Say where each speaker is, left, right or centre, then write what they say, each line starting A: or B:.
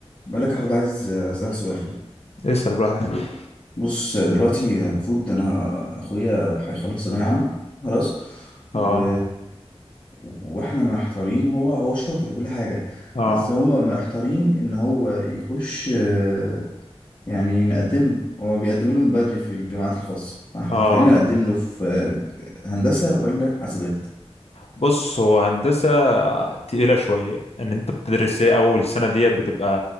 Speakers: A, on the left; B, on the left.
A: بقول لك يا حود عايز اسالك سؤال كده
B: اسأل براحتك يا حبيبي.
A: بص دلوقتي المفروض انا اخويا هيخلص ثانويه عامه خلاص
B: اه
A: و... واحنا محتارين هو هو شاطر وكل حاجه
B: اه
A: بس هو محتارين ان هو يخش آه، يعني نقدم له. هو بيقدم له من بدري في الجامعات الخاصه فاحنا
B: اه
A: محتارين نقدم له في آه، هندسه ولا حاسبات
B: بص هو هندسة تقيلة شوية ان انت بتدرس ايه اول سنة دي بتبقى